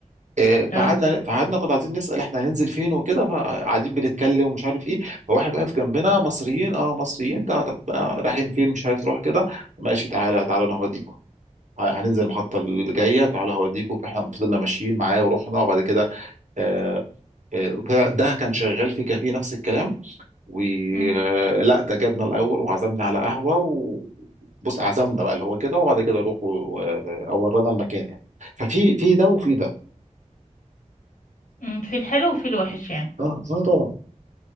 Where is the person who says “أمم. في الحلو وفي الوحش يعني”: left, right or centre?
Left